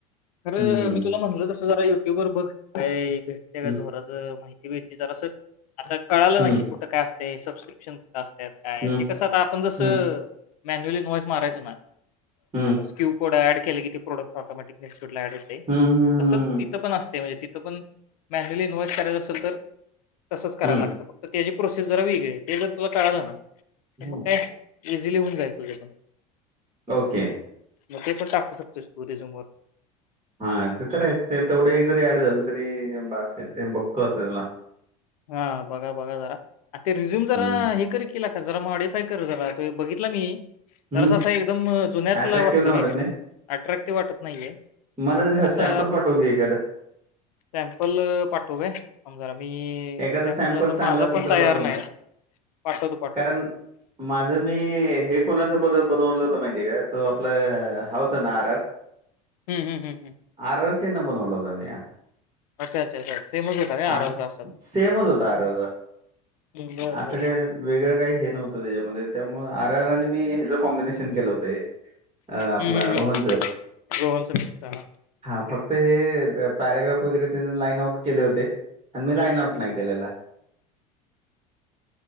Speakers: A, on the left; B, on the right.
A: खरं
B: हं,
A: मी तुला म्हणल तसं जरा युट्यूब वर बघ. काय भेटते का
B: हं,
A: झोराच माहिती भेटली जरास आता कळालंच
B: हं,
A: की. कुठ काय असत सबस्क्रिप्शन कुठं असत्यात काय
B: हं.
A: ते कसं आता आपण जसं
B: हं,
A: मॅन्युअली ईनवाइस मारायचो ना.
B: हम्म.
A: क्यू कोड ऍड केले की ते प्रोडक्ट ऑटोमॅटिक नेटड ऍड होते
B: हं, हं,
A: तसच ती पण असते म्हणजे तिथ पण मॅन्युअली इन्वाईस करायच असेल तर तसंच करायला
B: हं,
A: लागतं फक्त त्याची प्रोसेस जरा वेगळी आहे. ते जर तुला कळालं ना तर
B: हं.
A: मग काय इझिली होऊन जा्ईल तुझ् पण.
B: ओके.
A: मग ते पण टाकू शकतोस टुरिझम वर.
B: हा ते तर आहेत ते तेवढं एक जरी ऍड झालं तरी हे बास आहे ते बघतो आता त्याला
A: हा बघा बघा जरा ते रिझ्यूम जरा
B: हं.
A: हे कर की लेका जरा माहित काय कर जरा तो बघितला मी.
B: हं,
A: जरासा असं एकदम जुन्यातला
B: अट्रॅक्टिव्ह
A: वाटतोय
B: नाही
A: रे
B: वाटत नाही.
A: अट्रॅक्टिव्ह वाटत नाहीये. जरासा
B: मला जरा सॅम्पल पाठव की एखादं.
A: सॅम्पल पाठवू काय? थांब जरा मी
B: एखादं सॅम्पल
A: आता
B: चांगल
A: माझा
B: असेल
A: पण
B: तर
A: तयार
B: पाठव ना.
A: नाही पाठवतो. पाठव
B: कारण माझं मी हे कोणाचं बनव-बनवलं होत माहिती आहे काय? तो आपलं हा होत ना आर
A: ह्, हं, हं.
B: आररसेन बनवलं होता मीन.
A: मग काय <unintelligible>
B: आण
A: आरआर का असतात
B: सेमच होता आररचा.
A: हम्म, बरं
B: <inaudible> असं
A: बरं
B: काय
A: बरं
B: नाही वेगळं काही हे नव्हतं त्याच्यामध्ये त्यामुळ आर आर आणि मी हेचं कॉम्बिनेशन केलं होत ते अ आपला
A: हम्म हम्म
B: रोहनच.
A: हम्म
B: <inaudible>
A: रोहनचं मिक्स हम्म
B: हा फक्त हे पॅराग्राफ वगैरे त्यांन लाईन आउट केले होते. आणि मी लाईन
A: हम्म
B: आऊट
A: हम्म.
B: नाही केलेला.